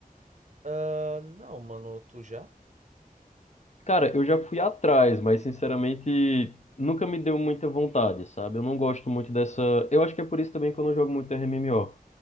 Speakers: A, on the right (about 50°); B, on the left (about 50°).
A: Ah, não, mano, tu já?
B: Cara, eu já fui atrás, mas sinceramente nunca me deu muita vontade, sabe? Eu não gosto muito dessa. Eu acho que é por isso também que eu não jogo muito RMMO.